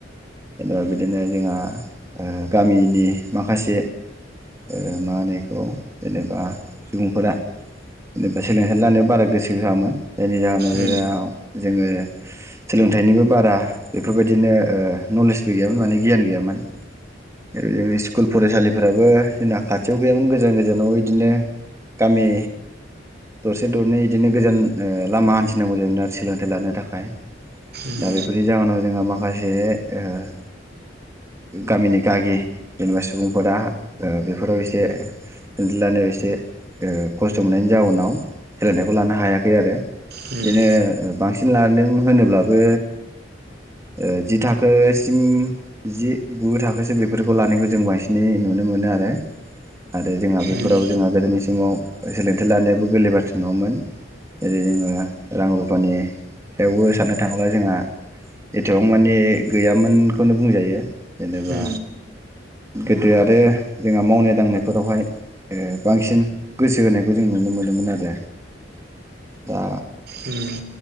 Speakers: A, on the right (about 15°); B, on the right (about 60°).
A: जेनेबा बिदिनो जोंहा ओ गामिनि माखासे ओ मा होनो इखौ जेनेबा सुबुंफोरा जेनेबा सोलोंथाइ लानायाव बारा गोसो होआमोन जायनि जाहोनाव जेराव
B: उम
A: जोङो सोलोंथाइनिबो बारा बेफोरबायदिनो ओ नलेजबो गैयामोन माने गियान गैयामोन ओ स्कुल फरायसालिफोराबो जोंना खाथियाव गैयामोन गोजान गोजानाव इदिनो गामि दरसे दरनै इदिनो गोजान ओ लामा हान्थिनांगौ जायोमोन आरो सोलोंथाइ लानो थाखाय
B: उम
A: दा बेफोरनि जाहोनाव जोंहा माखा से ओ गामिनि गागि जेनेबा सुबुंफोरा ओ बेफोराव एसे सोलोंथाइ लानायाव एसे खस्थ मोननायनि जाउनाव सोलोंथाइखौ लानो हायाखै आरो
B: उम उम
A: बिदिनो बांसिन लादों होनोब्लाबो ओ जि थाखोसिम जि गु थाखोसे बेफोरखौ लानायखौ जों बांसिनै नुनो मोनो आरो आरो जोंहा बेफोराव
B: उम
A: जोंहा गोदोनि समाव सोलोंथाइ लानायाबो गोरलै बाथ्रा नङामोन जेरै जोङो रां रुफानि सायावबो साननो थाङोब्ला जोंहा एथबां मानि गैयामोनखौनो बुंजायो जेनेबा
B: उम
A: गोदो आरो जोंहा मावनाय दांनायफोरावहाय ओ बांसिन गोसो होनायखौ जों नुनो मोनोमोन आरो दा
B: उम